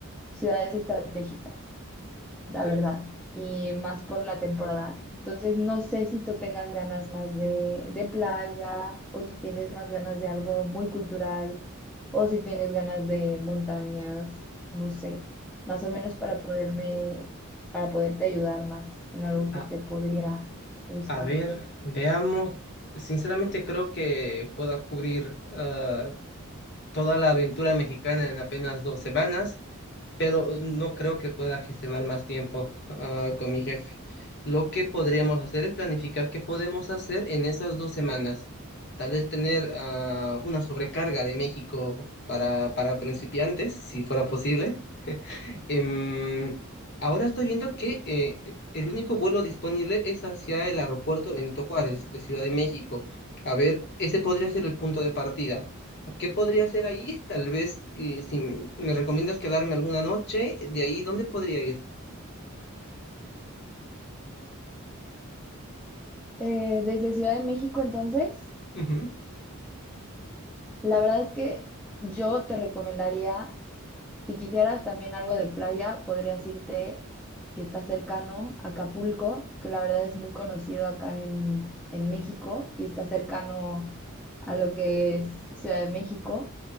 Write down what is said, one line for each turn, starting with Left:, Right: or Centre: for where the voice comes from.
Centre: ciudades estratégicas, la verdad, y más por la temporada. Entonces, no sé si tú tengas ganas más de, de playa o si tienes más ganas de algo muy cultural o si tienes ganas de montañas, no sé, más o menos para poderme, para poderte ayudar más en algo
Left: A,
Centre: que te podría gustar.
Left: a ver, veamos. Sinceramente creo que pueda cubrir ah, toda la aventura mexicana en apenas dos semanas. pero eh, no creo que pueda gestionar más tiempo ah, con mi jefe. Lo que podríamos hacer es planificar qué podemos hacer en esas dos semanas. Tal vez tener ah, una sobrecarga de México para, para principiantes, si fuera posible. Em, ahora estoy viendo que eh, el único vuelo disponible es hacia el aeropuerto Benito Juárez de Ciudad de México. A ver, ese podría ser el punto de partida. ¿Qué podría hacer ahí? Tal vez eh, si m- me recomiendas quedarme alguna noche, de ahí, ¿dónde podría ir?
Centre: Eh, desde Ciudad de México, entonces,
Left: Ujú,
Centre: la verdad es que yo te recomendaría, si quisieras también algo de playa, podrías irte, que está cercano, a Acapulco, que la verdad es muy conocido acá en, en México y está cercano a lo que es Ciudad de México.